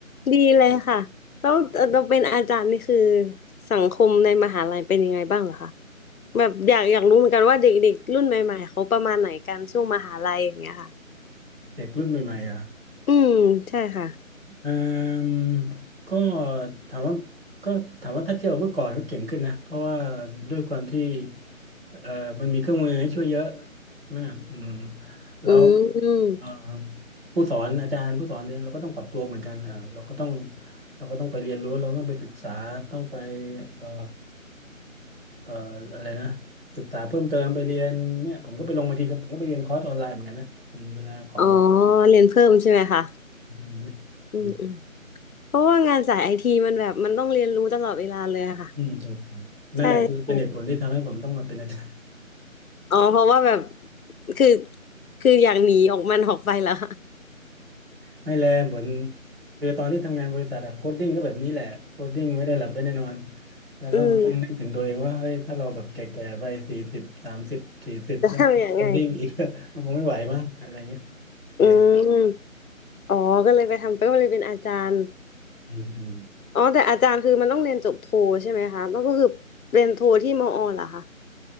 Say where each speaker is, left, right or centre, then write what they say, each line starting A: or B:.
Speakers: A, on the left; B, on the right.
A: ดีเลยค่ะแล้วเราเป็นอาจารย์นี่คือสังคมในมหาลัยเป็นยังไงบ้างเหรอคะ แบบอยากอยากรู้เหมือนกันว่าเด็กๆรุ่นใหม่ๆเขาประมาณไหนกันช่วงมหาลัยอย่างเงี้ยค่ะ
B: เด็กรุ่นใหม่ๆอ่ะ
A: อืมใช่ค่ะ
B: เอ่มก็ถามว่าก็ถามว่าถ้าเทียบกับเมื่อก่อนก็เก่งขึ้นนะเพราะว่าด้วยความที่เอ่อมันมีเครื่องมือให้ช่วยเยอะมากอืมแล้ว
A: อืม
B: เอ่อผู้สอนอาจารย์ผู้สอนเนี่ยเราก็ต้องปรับตัวเหมือนกันอ่ะเราก็ต้องเราก็ต้องไปเรียนรู้เราต้องไปศึกษาต้องไปเอ่อเอ่ออะไรนะศึกษาเพิ่มเติมไปเรียนเนี่ยผมก็ไปลงบางทีก็ผมก็ไปเรียนคอร์สออนไลน์เหมือนกันนะอืมเวลาของ
A: อ๋อเรียนเพิ่มใช่ไหมคะ
B: อย่างเงี้ยอื
A: อืมอืมเพราะว่างานสายไอทีมันแบบมันต้องเรียนรู้ตลอดเวลาเลยอะค่ะ
B: อืมถูกถูกนั่นแหละคือเป็นเหตุผลที่ทำให้ผมต้องมาเป็นอาจารย์
A: ใช่อ๋อเพราะว่าแบบ
B: <laughs>
A: คือคืออยากหนีออกมันออกไปแล้ว
B: ไม่แลเหมือนคือตอนที่ทำงานบริษัทอะโคดดิ้งก็แบบนี้แหละโคดดิ้งไม่ได้หลับไม่ได้นอน
A: <laughs>
B: แล้วก็มานั่งนึกถึงตัวเองว่าเฮ้ยถ้าเราแบบแก่ๆไปสี่สิบสามสิบสี่สิบแล้วโคดดิ้งอีก
A: อืมจะทำยังไง
B: <laughs> มันคงไม่ไหวมั้งอะไรเงี้ยเปลี่ยนดีกว่า
A: อืมอ๋อก็เลยไปทำไปก็เลยเป็นอาจารย์
B: อืมอืม
A: อ๋อแต่อาจารย์คือมันต้องเรียนจบโทใช่ไหมคะแล้วก็คือเรียนโทที่มอเหรอคะ